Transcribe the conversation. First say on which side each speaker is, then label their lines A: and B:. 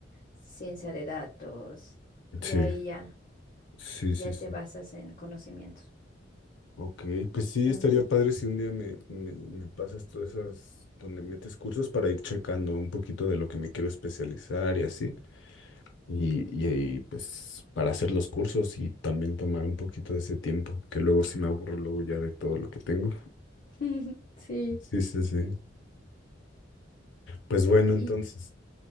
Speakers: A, on the left; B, on the left.
A: ciencia de datos. Y
B: Sí.
A: ahí ya,
B: Sí,
A: ya
B: sí,
A: te
B: sí.
A: basas en conocimientos.
B: Ok, pues
A: Entonces,
B: sí, estaría padre si un día me, me, me pasas todas esas donde metes cursos para ir checando un poquito de lo que me quiero especializar y así. Y, y, ahí, pues para hacer los cursos y también tomar un poquito de ese tiempo, que luego sí me aburro luego ya de todo lo que tengo.
A: <laughs> Sí.
B: Sí, sí, sí. Pues bueno, entonces,
A: y